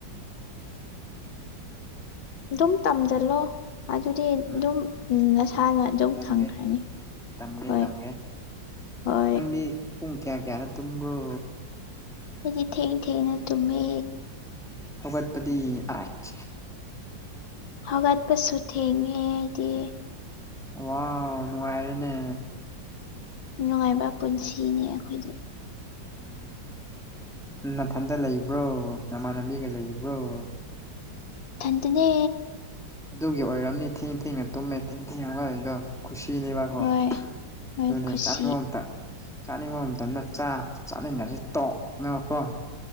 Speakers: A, on the left; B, in the centre.
A: ꯑꯗꯨꯝ ꯇꯝꯖꯜꯂꯣ꯫ ꯑꯗꯨꯗꯤ ꯑꯗꯨꯝ
B: ꯎꯝ
A: ꯅꯁꯥꯅ ꯑꯗꯨꯝ
B: ꯇꯝꯒꯦ
A: ꯊꯪꯈ꯭ꯔꯅꯤ
B: ꯇꯝꯒꯦ
A: ꯍꯣꯏ꯫
B: ꯇꯝꯒꯦ
A: ꯍꯣꯏ
B: ꯅꯪꯗꯤ ꯄꯨꯡ ꯀꯌꯥ ꯀꯌꯥꯗ ꯇꯨꯝꯕ꯭ꯔꯣ꯫
A: ꯑꯩꯗꯤ ꯊꯦꯡ ꯊꯦꯡꯅ ꯇꯨꯝꯃꯦ‌꯫
B: ꯍꯧꯒꯠꯄꯗꯤ ꯑꯔꯥꯏꯠ
A: ꯍꯧꯒꯠꯄꯁꯨ ꯊꯦꯡꯉꯦ ꯑꯩꯗꯤ꯫
B: ꯋꯥꯎ ꯅꯨꯡꯉꯥꯏꯔꯦꯅꯦ꯫
A: ꯅꯨꯡꯉꯥꯏꯕ ꯄꯨꯟꯁꯤꯅꯤ ꯑꯩꯈꯣꯏꯗꯤ
B: ꯎꯝ <unintelligible> ꯅꯥꯊꯟꯗ ꯂꯩꯕ꯭ꯔꯣ ꯅꯃꯥꯟꯅꯕꯤꯒ ꯂꯩꯕ꯭ꯔꯣ ꯫
A: ꯏꯊꯟꯗꯅꯦ꯫
B: ꯑꯗꯨꯒꯤ ꯑꯣꯏꯔꯝꯅꯤ ꯊꯦꯡ ꯊꯦꯡꯅ ꯇꯨꯝꯃꯦ ꯊꯦꯡ ꯊꯦꯡꯅ ꯋꯥꯔꯤꯗꯣ꯫ ꯈꯨꯁꯤꯅꯦꯕꯀꯣ
A: ꯍꯣꯏ ꯍꯣꯏ
B: ꯑꯗꯨꯅꯦ
A: ꯈꯨꯁꯤ
B: ꯆꯥꯅꯤꯡꯕ ꯑꯝꯇ ꯆꯥꯅꯤꯡꯕ ꯃꯇꯝꯗ ꯆꯥ ꯆꯅꯤꯡꯗꯔꯗꯤ ꯇꯣꯛ <unintelligible> ꯀꯣ꯫